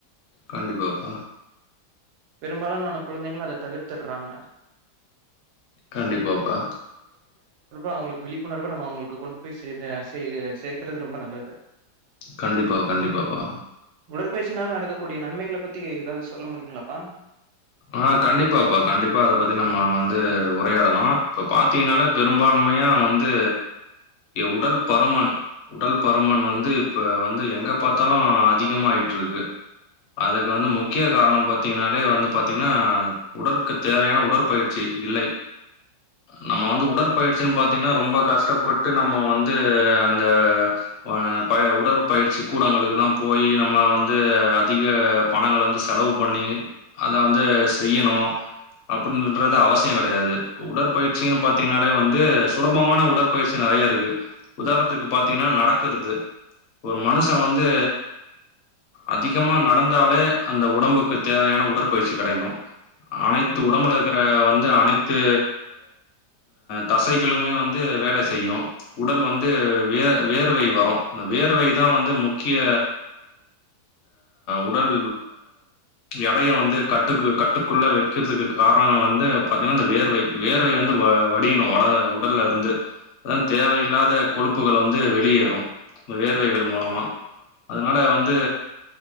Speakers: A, on the left; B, on the right.
A: கண்டிப்பா பா
B: பெரும்பாலான குழந்தைகள் அத தவிர்த்துர்றாங்க
A: கண்டிப்பா பா
B: அவுங்களுக்கு விழிப்புணர்வ‌ நம்ம அவுங்களுக்கு கொண்டு போய் செ சேக்குறது ரொம்ப நல்லது
A: கண்டிப்பா கண்டிப்பா பா
B: தொலைபேசினால நடக்கக்கூடிய நன்மைகள பத்தி எதாவது சொல்ல முடியுங்களாப்பா
A: ஆ கண்டிப்பாப்பா கண்டிப்பா அத பத்தி நம்ம வந்து உரையாடலா இப்ப பார்த்தீங்கனாலே பெரும்பான்மையா வந்து உடல் பருமன் உடல் பருமன் வந்து இப்போ வந்து எங்கே பாத்தாலு அதிகமாயிட்டுருக்கு அதுக்கு வந்து முக்கிய காரணம் பாத்தீங்கனாலே வந்து பாத்தீங்கன்னா உடல்க்கு தேவையான உடற்பயிற்சி இல்லை நம்ம வந்து
B: சரிங்கப்பா
A: உடற்பயிற்சினு பாத்தீங்கன்னா ரொம்ப கஷ்டப்பட் ட்டு நம்ம வந்து அந்த ஆ உடற்பயிற்சி கூடங்களுக்குதா போயி நம்ம வந்து அதிக பணங்கள வந்து செலவு பண்ணி அத வந்து செய்யணு அப்டின்றது அவசியம் கெடையாது உடற்பயிற்சினு பாத்தீங்கனாலே வந்து சுலபமான உடற்பயிற்சி நெறயா இருக்கு உதாரணத்துக்கு பாத்தீங்கன்னா நடக்கிறது ஒரு மனுஷன் வந்து அதிகமா நடந்தாலே அந்த உடம்புக்கு தேவையான உடற் பயிற்சி கெடைக்கு அனைத்து
B: ம்
A: உடம்புல இருக்கிற வந்து அனைத்து தசைகளுமே வந்து வேலை செய்யு உடல் வந்து வியர் வேர்வை வரு அந்த வேர்வைதா வந்து முக்கிய உடல் எடய வந்து கட்டு கட்டுக்குள்ள வெக்கிறதுக்கு காரணோ வந்து பாத்திங்கனா வேர்வை வேர்வை வந்து வடியனு உட ல்ல இருந்து தேவையில்லாத கொழுப்புகள் வந்து வெளியேறு வேர்வைகள் மூலமா அதனால வந்து